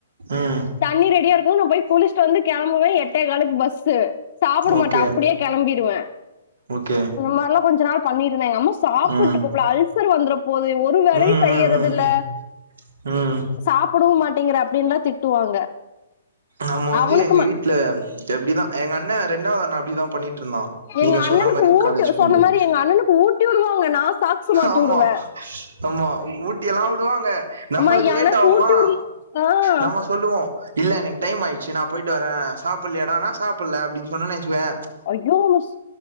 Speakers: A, on the right; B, on the left.
A: ம்
B: தண்ணி ரெடியாருக்கும் நா போய் குளிச்ட்டு வந்து கெளம்புவே எட்டே காலுக்கு பஸ்ஸு சாப்புட
A: ஓகே
B: மாட்டே அப்டியே கெளம்பிடுவே
A: ஓகே
B: இந்த மாரிலா கொஞ்ச நாள் பண்ணிருந்த எங்கம்மா சாப்புட்
A: ம்
B: அல்சர் வந்துற போது ஒரு வேலயு
A: ம்
B: செய்யறது
A: ம் ம்
B: இல்ல
A: ம்
B: சாப்புடவு மாட்டேங்குறா அப்டின்னுலா திட்டுவாங்க
A: நம்ம வந்து
B: அவனுக்குமா
A: எங்க வீட்ல எப்டிதா எங்க அண்ண ரெண்டாவது அண்ண அப்டிதா பண்ணிட்டு இருந்தா நீங்க
B: எங்க
A: சொன்ன
B: அண்ணனுக்கு
A: மாரி
B: ஊட்டி
A: காலேஜ் போம்போது
B: சொன்ன மாதிரி எங்க அண்ணனுக்கு ஊட்டி விடுவாங்க நான் சாக்ஸ் மாட்டி
A: ஆமா
B: விடுவேன்
A: ஆமா ஊட்டியல்லா விடுவாங்க நம்மளுக்கு
B: அம்மா
A: லேட்
B: எனக்கு
A: ஆவுமா
B: ஊட்டி விடு ஆஹ்
A: நம்ம சொல்லுவோ இல்ல எனக்கு டைம் ஆய்ச்சு நா போய்ட்டு வர சாப்புல்லயாடா னா சாப்பல்ல அப்டினு சொன்ன வச்சிகோய
B: அய்யோஸ்